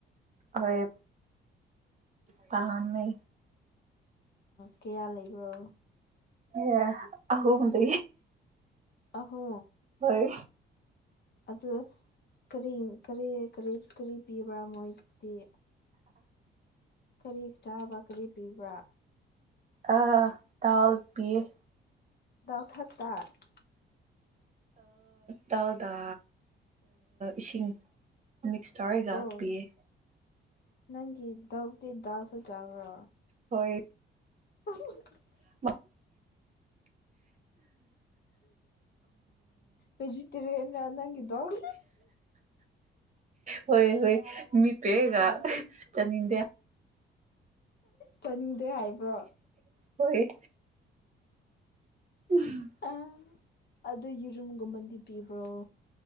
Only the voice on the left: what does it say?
ꯀꯌꯥ ꯂꯩꯕ꯭ꯔꯣ
ꯑꯍꯣ
ꯑꯗꯨꯗ ꯀꯔꯤ ꯀꯔꯤ ꯀꯔꯤ ꯀꯔꯤ ꯄꯤꯕ꯭ꯔꯥ ꯃꯣꯏꯗꯤ ꯀꯔꯤ ꯆꯥꯕ ꯀꯔꯤ ꯄꯤꯕ꯭ꯔ
<unintelligible>
ꯑꯣ
ꯅꯪꯒꯤ ꯗꯧꯗꯤ ꯗꯥꯜꯁꯨ ꯆꯥꯕ꯭ꯔ
<unintelligible>
ꯚꯦꯖꯤꯇꯦꯔꯤꯌꯟꯔ ꯅꯪꯒꯤ ꯗꯣꯛ
ꯎꯝ
ꯆꯥꯅꯤꯡꯗꯦ ꯍꯥꯏꯕ꯭ꯔꯣ
ꯑ ꯑꯗꯨ ꯌꯦꯔꯨꯝꯒꯨꯝꯕꯗꯤ ꯄꯤꯕ꯭ꯔꯣ